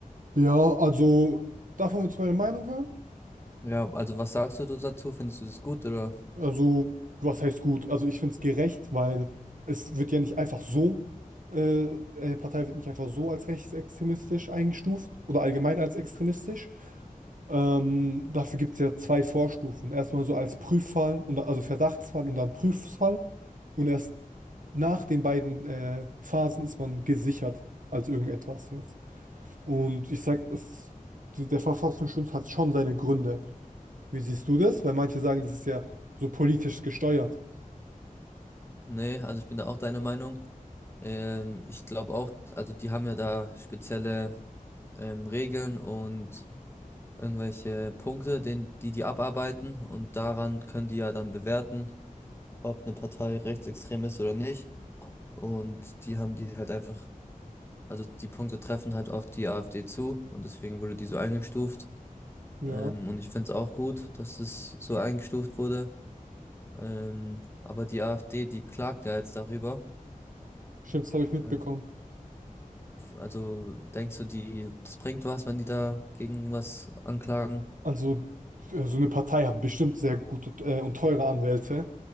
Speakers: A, on the right; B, on the left.
A: Ja, also darf man jetzt meine Meinung hören?
B: Ja, also was sagst du dazu? Findest du das gut oder?
A: Also, was heißt gut? Also ich finde es gerecht, weil es wird ja nicht einfach so, äh, eine Partei wird nicht einfach so als rechtsextremistisch eingestuft oder allgemein als extremistisch. Ähm, dafür gibt es ja zwei Vorstufen. Erstmal so als Prüffall, und, also Verdachtsfall und dann Prüffall. Und erst nach den beiden äh, Phasen ist man gesichert als irgendetwas jetzt. Und ich sag, es, die- der Verfassungsschutz hat schon seine Gründe. Wie siehst du das? Weil manche sagen, das ist ja so politisch gesteuert.
B: Nee, also ich bin da auch deiner Meinung. Ähm, ich glaube auch, also die haben ja da spezielle ähm, Regeln und irgendwelche Punkte, den, die die abarbeiten und daran können die ja dann bewerten, ob eine Partei rechtsextrem ist oder nicht. Und die haben die halt einfach Also die Punkte treffen halt auf die AfD zu und deswegen wurde die so eingestuft.
A: Ja,
B: Ähm, und ich finde es auch gut, dass es so eingestuft wurde. Ähm, aber die AfD, die klagt ja jetzt darüber.
A: stimmt, das habe ich mitbekommen.
B: Ähm, also denkst du, die, das bringt was, wenn die da gegen was anklagen?
A: Also, äh, so eine Partei hat bestimmt sehr gute äh, und teure Anwälte.